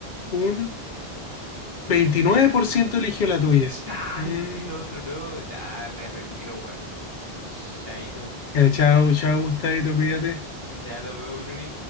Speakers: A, on the left; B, on the right.
A: un 29% eligió la tuya.
B: Ay,
A: Mm,
B: ¿por qué lo otro no? Nah, me retiro, weón. Chaito.
A: ya, chao, chao, Gustavito, cuídate.
B: Ya nos vemos, Bruni.